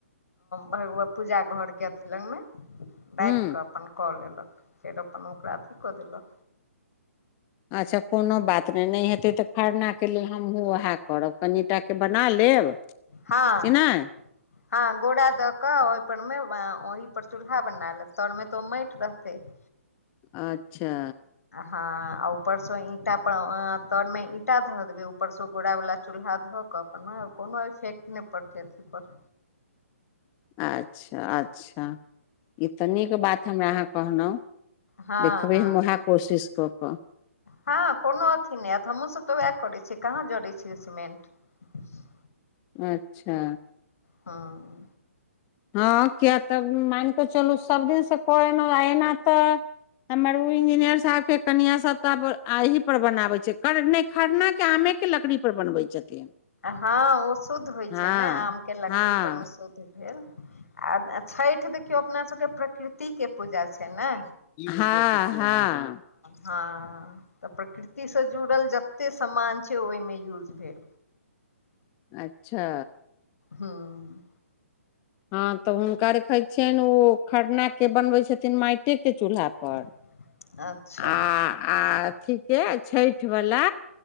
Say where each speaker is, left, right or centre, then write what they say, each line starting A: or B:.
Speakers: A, on the left (about 75°); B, on the left (about 25°).
A: भगवत पूजा घरके अथि लगमे राखि
B: हूँ
A: कऽ अपन कऽ लेलक फेर अपन ओकरा अथी कऽ देलक
B: अच्छा कोनो बात नहि नहि हेतै तऽ खरनाके लेल हमहूँ वहे करब कनि टाके बना लेब
A: हँ
B: कि नहि
A: हँ गोरा द के ओहि पर मे ओहि पर चूल्हा बना लेब तोर मे तो ओ माटि रहते <inaudible>
B: अच्छा
A: हँ आ ऊपरसँ ईंटा तरमे ईंटा धऽ देबै ऊपरसँ गोरा वला चूल्हा धऽ क कोनो कोनो इफेकट नहि पड़त अथि पर
B: अच्छा अच्छा ई तऽ नीक बात हमरा अहाँ कहलहुँ
A: हँ
B: देखबै
A: हँ
B: हम उएह कोशिश कऽ कऽ
A: हँ कोनो अथी नहि हैत हमहुँसभ तऽ उहे करै छीयै कहाँ जड़ै छीयै सीमेंट <inaudible>
B: अच्छा
A: हँ
B: हँ किया तऽ मान कऽ चलू सभ दिनसँ कऽ एलहु एना तऽ हमर ओ इंजीनियर साहेब के कनिया सब तऽ आब एहि पर बनाबे छै कर नइ खरना के आमेक के लकड़ी पर बनबै छथिन
A: हँ ओ शुद्ध होय
B: हँ
A: छै ने आम के लकड़ी
B: हँ
A: पर म शुद्ध भेल आ छठ देखियौ अपना सबके प्रकृति के पूजा छै न
B: हँ हँ
A: हँ तऽ प्रकृतिसँ जुड़ल जते समान छै ओहिमे यूज भेल
B: अच्छा
A: हुँ
B: हँ तब हुनका रखे छियनि ओ खरना के बनवे छथिन माइटे के चूल्हा पर
A: <inaudible> अच्छा
B: आ आ
A: हूँ
B: अथि के छैठ वला